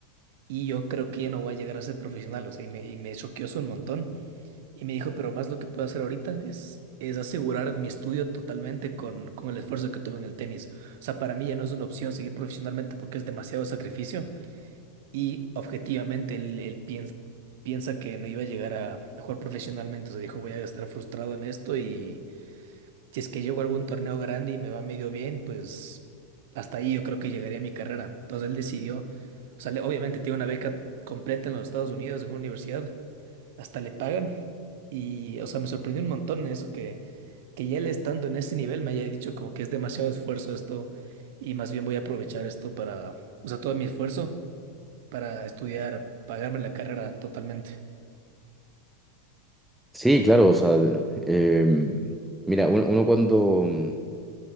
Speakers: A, on the right; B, in the centre.
A: y yo creo que ya no voy a llegar a ser profesional, o sea, y me, y me choqueó eso un montón, y me dijo, pero más lo que puedo hacer ahorita es, es asegurar mi estudio totalmente con, con el esfuerzo que tuve en el tenis, o sea, para mí ya no es una opción seguir profesionalmente porque es demasiado sacrificio. Y objetivamente él, él piens- piensa que no iba a llegar a, a jugar profesionalmente. O sea, dijo, voy a estar frustrado en esto y si es que llego a algún torneo grande y me va medio bien, pues hasta ahí yo creo que llegaría a mi carrera. Entonces él decidió, o sea, le- obviamente tiene una beca completa en los Estados Unidos, en una universidad, hasta le pagan. Y, o sea, me sorprendió un montón eso que, que ya él estando en ese nivel me haya dicho como que es demasiado esfuerzo esto y más bien voy a aprovechar esto para, o sea, todo mi esfuerzo para estudiar, pagarme la carrera totalmente.
B: Sí, claro, o sea, em, mira, uno, uno cuando, mm,